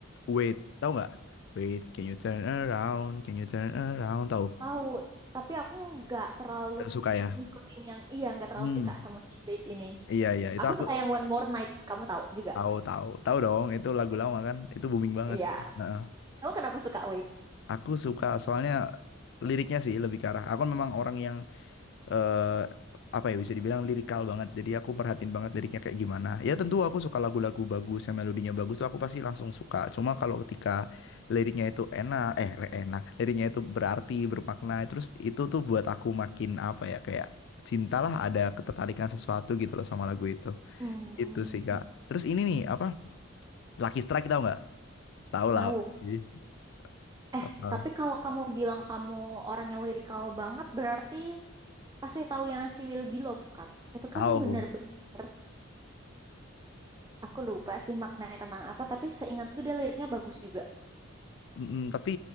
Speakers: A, on the left (about 55°); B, on the right (about 15°).
A: wait, tahu nggak? Wait, can you turn around? Can you turn around? Tahu?
B: Tahu, tapi aku nggak terlalu
A: Aku suka ya.
B: ngikutin yang iya nggak terlalu
A: Hmm.
B: suka sama si Wait ini.
A: Iya iya itu
B: Aku
A: aku
B: suka yang One More Night, kamu tahu juga.
A: tahu tahu tahu dong. Itu lagu lama kan? Itu booming banget.
B: Iya.
A: Nah,
B: Kamu kenapa suka Wait?
A: aku suka soalnya liriknya sih lebih ke arah. Aku kan memang orang yang eh apa ya bisa dibilang lirikal banget. Jadi aku perhatiin banget liriknya kayak gimana. Ya tentu aku suka lagu-lagu bagus yang melodinya bagus tuh aku pasti langsung suka. Cuma kalau ketika liriknya itu enak, eh li- enak, liriknya itu berarti, bermakna, terus itu tuh buat aku makin apa ya kayak cintalah ada ketertarikan sesuatu gitu loh sama lagu itu.
B: Hmm,
A: Itu sih Kak. Terus ini nih apa? Lucky Strike tau nggak? Tahu
B: tahu.
A: lah. pasti.
B: Eh,
A: Heeh.
B: tapi kalau kamu bilang kamu orangnya lirikal banget, berarti pasti tahu yang She Will Be Loved kan? Itu kan
A: Tahu.
B: bener-bener, aku lupa sih maknanya tentang apa, tapi seingatku dia liriknya bagus juga.
A: Mm, tapi